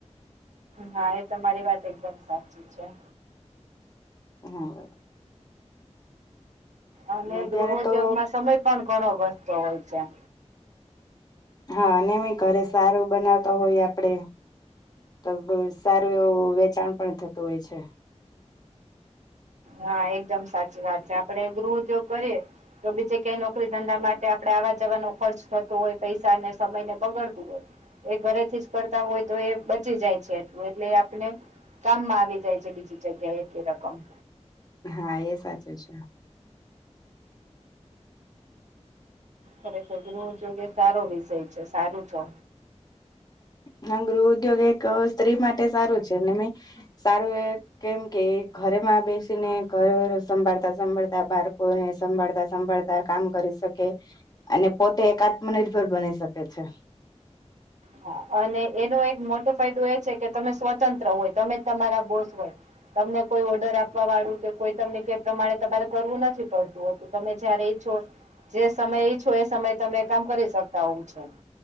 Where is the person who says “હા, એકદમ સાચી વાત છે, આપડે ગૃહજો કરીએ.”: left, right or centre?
Right